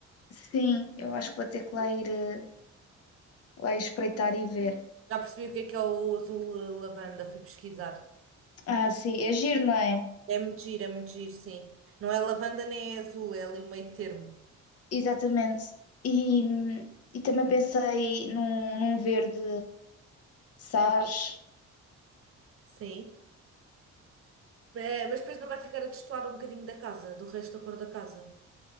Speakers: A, on the left (about 55°); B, on the right (about 45°).
A: Sim, eu acho que vou ter que lá ir, eh, lá ir espreitar e ver.
B: Já percebi o que é que é o azul eh, lavanda, fui pesquisar.
A: Ah, sim, é giro, não é?
B: É muito giro, é muito giro, sim. Não é lavanda nem é azul, é ali o meio termo.
A: Exatamente. E, e também pensei num, num verde sage.
B: Sim. É, mas depois não vai ficar a destoar um bocadinho da casa, do resto da cor da casa.